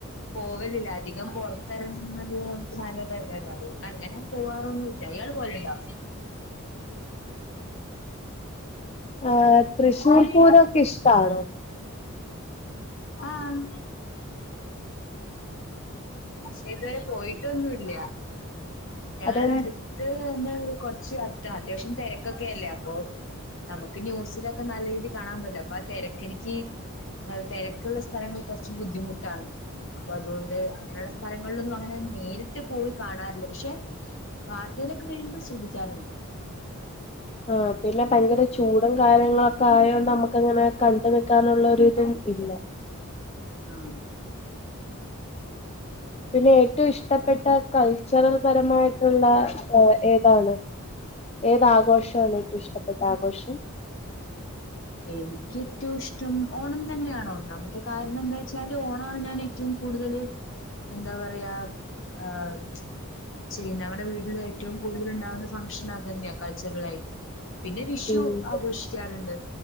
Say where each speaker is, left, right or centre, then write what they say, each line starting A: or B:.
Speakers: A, on the left; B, on the left.
A: പോവലില്ല അധികം പുറത്തിറങ്ങുന്നത് നമ്മക്ക് നല്ലതല്ലല്ലോ? അതുകൊണ്ട് അങ്ങനെ പോവാറൊന്നുഇല്ല. ഇയാള് പോവലുണ്ടോ?
B: ആഹ് തൃശ്ശൂർ
A: ഹും
B: പൂരൊക്കെ ഇഷ്ടാണോ
A: ആഹ് പക്ഷെ ഇതുവരെ പോയിട്ടൊന്നും ഇല്ല ഞങ്ങളുടെ
B: അതെ
A: അടുത്ത് ത കുറച്ച് അത്യാവശ്യം തിരക്കൊകെയല്ലേ. അപ്പോ നമുക്ക് ന്യൂസിലൊ നല്ല രീതി കാണാൻ പറ്റില്ല. അപ്പൊ ആ തിരക്കെനിക്ക് അ തിരക്കുള്ള സ്ഥലങ്ങൾ കുറച്ച് ബുദ്ധിമുട്ടാണ് അപ്പൊ അതുകൊണ്ട് അങ്ങനെയുള്ള സ്ഥലങ്ങളിലൊന്നും അങ്ങനെ നേരിട്ട് പോയി കാണാറില്ല. പക്ഷെ വാർത്തയിലൊക്കെ വരുമ്പോൾ ശ്രദ്ധിക്കാറുണ്ട്.
B: ആ പിന്നെ ഭയങ്കര ചൂടും കാര്യങ്ങളുംൊക്കെ ആയൊണ്ട് നമ്മുക്ക് അങ്ങനെ കണ്ടു നിൽക്കാനുള്ള ഒരുതും ഇല്ല
A: ആഹ്
B: പിന്നെ ഏറ്റവും ഇഷ്ടപ്പെട്ട ച്ചറൽ പരമായിട്ടുള്ള ഏതാണ് ഏതാഘോഷ ഇഷ്ടപ്പെട്ട ആഘോഷം
A: എനിക്ക് ഏറ്റവും ഇഷ്ടം ഓണം തന്നെയണോ ഒന്നാമത്തെ കാരണം എന്താ വെച്ചാല് ഓണം ഞാൻ ഏറ്റവും കൂടുതല് എന്താ പറയാ ആഹ ചെയ്യ മ്മടെ വീട്ടില് ഏറ്റവും കൂടുതൽ ഉണ്ടാവുന്ന ഫംഗ്ഷൻ അത് തന്നെയാ കൾച്ചറൽ ആയിട്ട് പിന്നെ വിഷു
B: ഉം
A: ആഘോഷിക്കാറുണ്ട്.